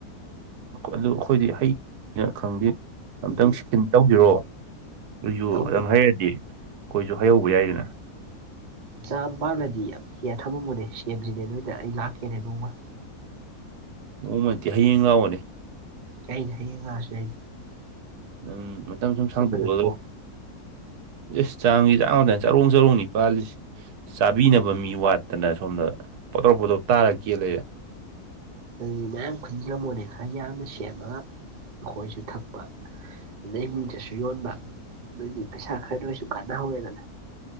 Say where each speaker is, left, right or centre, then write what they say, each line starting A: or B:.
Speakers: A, on the right; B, on the right.
A: ꯑꯗꯨ ꯑꯩꯈꯣꯏꯗꯤ ꯍꯩꯅ ꯈꯪꯗꯦ ꯑꯝꯇꯪ
B: ꯑꯩꯗꯤ
A: ꯁꯤ ꯇꯧꯖꯤꯔꯣ ꯑꯩꯁꯨ
B: ꯇꯧ
A: ꯑꯗꯨꯍꯩꯔꯛꯑꯗꯤ ꯑꯩꯈꯣꯏꯁꯨ ꯍꯩꯍꯧꯕ ꯌꯥꯏꯗꯅ
B: ꯖꯥꯝ ꯄꯥꯜꯂꯗꯤ ꯌꯥꯝ ꯍꯦꯌꯥ ꯊꯝꯃꯝꯃꯣꯅꯦ ꯁꯦꯝꯁꯤꯅꯦ ꯅꯣꯏꯗ ꯑꯩ ꯂꯥꯛꯀꯦꯅꯦ ꯅꯣꯡꯃ
A: ꯅꯣꯡꯃ ꯅꯠꯇꯦ ꯍꯌꯦꯡ ꯂꯥꯎꯑꯣꯅꯦ
B: ꯌꯥꯏ ꯍꯌꯦꯡ ꯂꯥꯛ ꯑꯁꯨ ꯌꯥꯏ
A: ꯎꯝ ꯃꯇꯝ ꯁꯨꯝ ꯁꯥꯡꯗꯣꯛꯒ
B: ꯅꯠꯇ꯭ꯔꯣ
A: ꯑꯦꯁ ꯆꯥꯝꯒꯤ ꯆꯥꯝꯉꯥꯛꯅꯤ ꯆꯔꯣꯡ ꯆꯔꯣꯡꯅꯤ ꯄꯥꯜꯂꯤꯁꯦ ꯆꯥꯕꯤꯅꯕ ꯃꯤ ꯋꯥꯠꯇꯅ ꯁꯣꯝꯗ ꯄꯣꯇ꯭ꯔꯣ ꯄꯣꯇꯥꯔꯣ ꯇꯥꯔꯒꯥ ꯀꯦꯟ ꯂꯩꯔꯦ
B: ꯑꯗꯨꯗꯤ ꯃꯌꯥꯝ ꯈꯨꯟꯁꯤꯝꯃꯣꯅꯦ ꯈꯔ ꯌꯥꯝꯅ ꯁꯦꯝꯃꯒ ꯑꯩꯈꯣꯏꯁꯨ ꯊꯛꯄ ꯑꯗꯨꯗꯩ ꯃꯤꯡꯆꯠꯁꯨ ꯌꯣꯟꯕ ꯑꯗꯨꯗꯤ ꯄꯩꯁꯥ ꯈꯔꯁꯨ ꯀꯥꯟꯅꯍꯧꯋꯦꯗꯅ